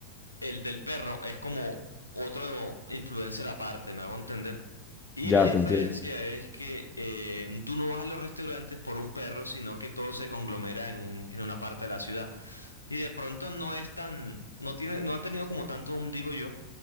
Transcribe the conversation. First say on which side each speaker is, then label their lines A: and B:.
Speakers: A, on the left; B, on the left.
A: el del perro es como otro influencer aparte, me hago entender. Y
B: Ya
A: la diferencia
B: te entiendo.
A: es que eh, tú no vas a los restaurantes por un perro, sino que todo se conglomera en un, en una parte de la ciudad. Y de pronto no es tan, no tiene, no ha tenido como tanto boom, digo yo,